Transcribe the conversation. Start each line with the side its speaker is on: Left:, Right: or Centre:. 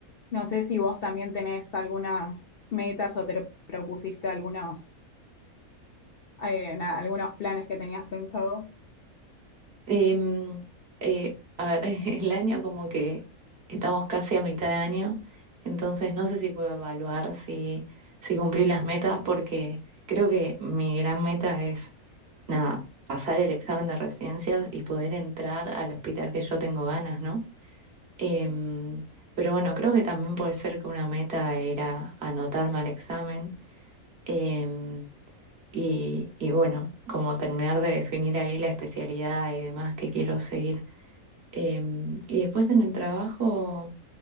Left: No sé si vos también tenés algunas metas o te propusiste algunos, eh, nada, algunos planes que tenías pensado.
Right: Em, eh, a ver, <laughs> el año como que estamos casi a mitad de año, entonces no sé si puedo evaluar si, si cumplí las metas porque creo que mi gran meta es, nada, pasar el examen de residencias y poder entrar al hospital que yo tengo ganas, ¿no? Em, pero bueno, creo que también puede ser que una meta era anotarme al examen. em, y, y bueno, como terminar de definir ahí la especialidad y demás que quiero seguir. Em, y después en el trabajo